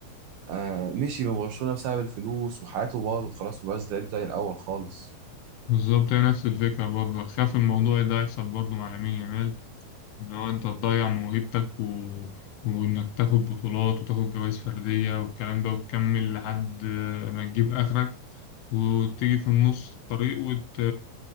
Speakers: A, on the right; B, on the left.
A: آه مشي من برشلونه بسبب الفلوس وحياته باظت خلاص وبقى زي زي الاول خالص
B: بالظبط هي نفس الفكرة برضه خاف الموضوع ده يحصل برضه مع لامين يامال إن هو أنت تضيع موهبتك و... وإنك تاخد بطولات وتاخد جوائز فردية والكلام ده وتكمل لحد آه، ما تجيب آخرك وتيجي في النص الطريق وت...